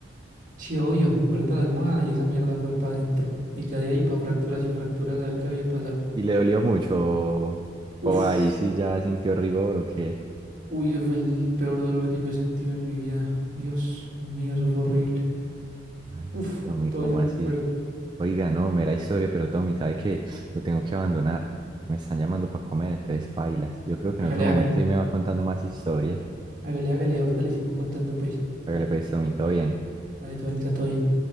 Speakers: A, on the right; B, on the right.
A: Sí, obvio, muerta la almohada y esa mierda fue para adentro. Y ya de ahí para fracturas y fracturas a ver qué había pasado.
B: Y le dolió mucho,
A: Uf.
B: o ahí sí ya sintió rigor, ¿o qué?
A: Uy, eso fue el peor dolor que yo he sentido en mi vida. Dios mío, eso fue horrible.
B: Ay,
A: Uf,
B: Tommy,
A: todavía
B: ¿cómo
A: me
B: así?
A: acuerdo.
B: Oiga, no, mera historia, pero Tommy, ¿sabe qué? Lo tengo que abandonar. Me están llamando para comer, entonces pailas. Yo creo que
A: Hágale,
B: en otro momento
A: hágale.
B: ahí me va contando más historias.
A: Hágale, hágale. Ahorita le sigo contando, pues.
B: Hágale pues, Tommy, todo bien.
A: Dale, tu bonita, todo bien.